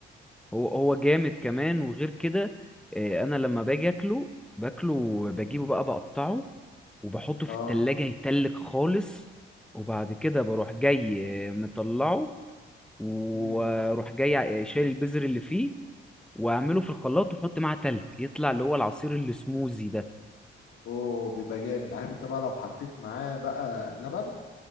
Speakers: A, in the centre; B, on the left (about 75°).
A: هو هو جامد كمان وغير كده آه، انا لما باجي اكله باكله
B: مم.
A: بجيبه بقى بقطعه وبحطه في
B: اه
A: التلاجة يتلج خالص وبعد كده بروح جاي آه، مطلعه واروح
B: امم
A: جاي آه، شايل البذر اللي فيه واعمله في الخلاط واحط معاه تلج يطلع اللي هو العصير اللي سموزي ده
B: اوه بيبقى جامد عارف انت بقى لو حطيت معاه بقى لبن